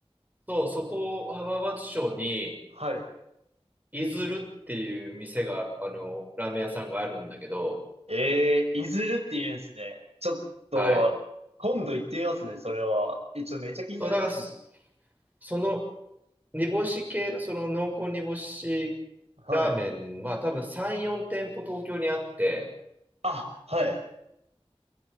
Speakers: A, on the right; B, on the right.
A: そう、そこ、浜松町に、
B: はい。
A: いずるっていう店が、あの、ラーメン屋さんがあるんだけど、
B: えー、いずるって言うんですね。ちょっと、
A: はい。
B: 今度行ってみますね、それは。え、ちょっとめっちゃ気になりますも
A: そう、だから、そその、煮干し系の、その濃厚煮干し
B: ん。
A: ラーメンは多分3、
B: はい。
A: 4店舗東京にあって、
B: あ、はい。